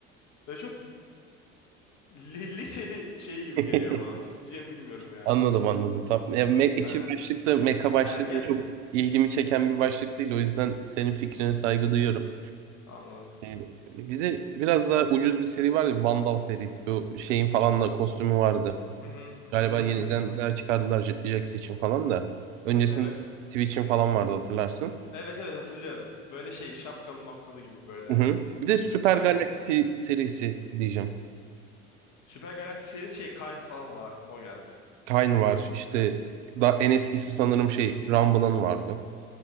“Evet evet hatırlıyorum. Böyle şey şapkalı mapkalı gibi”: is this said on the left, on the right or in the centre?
Left